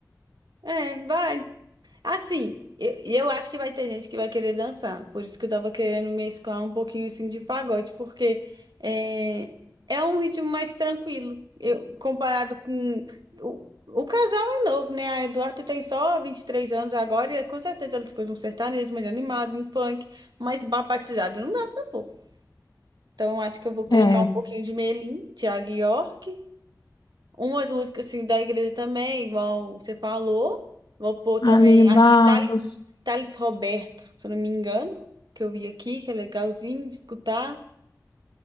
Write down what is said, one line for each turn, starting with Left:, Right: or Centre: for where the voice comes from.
Right: É, vai. Assim, eu, eu acho que vai ter gente que vai querer dançar. Por isso que eu tava querendo mesclar um pouquinho assim de pagode, porque é, é um ritmo mais tranquilo. Eu, comparado com. O, o casal é novo, né? A Eduardo tem só 23 anos agora, e com certeza ela escuta um sertanejo mais animado, um funk, mas ba- batizado não dá pra pôr. Então, eu acho que eu vou colocar
Left: É.
Right: um pouquinho de Melim, Thiago York. Umas músicas assim da igreja também, igual você falou. Vou pôr também,
Left: A Aline Barros.
Right: acho que Thales, Thales Roberto, se eu não me engano, que eu vi aqui, que é legalzinho de escutar.